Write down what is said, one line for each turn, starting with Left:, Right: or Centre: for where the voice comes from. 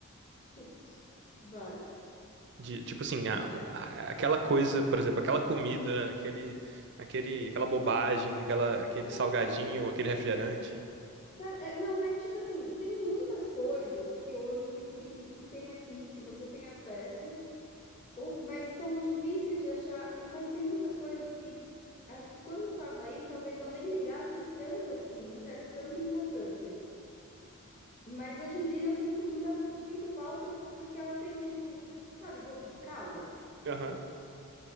Left: Putz, várias.
Right: De, tipo assim, a- a- aquela coisa, por exemplo, aquela comida, aquele, aquele, aquela bobagem, aquela, aquele
Left: Não,
Right: salgadinho,
Left: é assim,
Right: aquele refrigerante.
Left: sabe, é, não, é tipo assim, tem muitas coisas que hoje, que, que tem aqui, que você tem acesso, ou, mas são difíceis de achar, e- mas tem muitas coisas que acho que quando eu tava aí, talvez eu nem ligasse tanto assim, nem desse tanta importância. Mas hoje em dia eu sinto muita, sinto falta porque ela tem, tipo, sabe, gosto de casa.
Right: Aham.